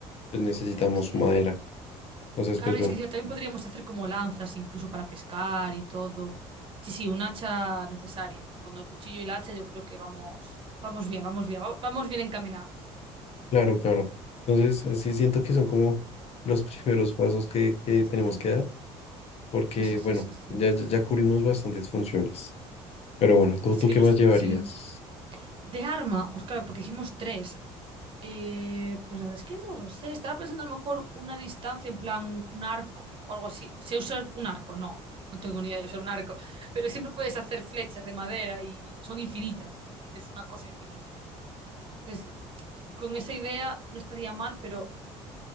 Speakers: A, on the left (about 55°); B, on the right (about 40°).
A: pues necesitamos
B: Sí, sí.
A: madera. Entonces
B: Claro,
A: pues bueno,
B: y es que encima también podríamos hacer como lanzas incluso para pescar y todo. Sí, sí, un hacha necesaria. Con el cuchillo y la hacha yo creo que vamos, vamos bien, vamos bien, va- vamos bien encaminados.
A: claro, claro. Entonces sí siento que son como los <laughs> primeros pasos que, que
B: Sí.
A: tenemos que dar porque
B: Sí, sí,
A: bueno,
B: sí, sí, sí.
A: ya, ya ya cubrimos bastantes funciones. Pero bueno, ¿tú,
B: Si
A: tú
B: es que
A: qué
B: no
A: más
B: sé-
A: llevarías?
B: sí. De arma, pues claro, porque hicimos tres. Eh, pues la verdad es que no lo sé. Estaba pensando a lo mejor una distancia en plan un arco o algo así. ¿Sé usar un arco? No, no tengo ni idea de usar un arco. Pero siempre puedes hacer flechas de madera y son infinitas. Es decir, es una cosa infinita. Entonces, con esa idea no estaría mal, pero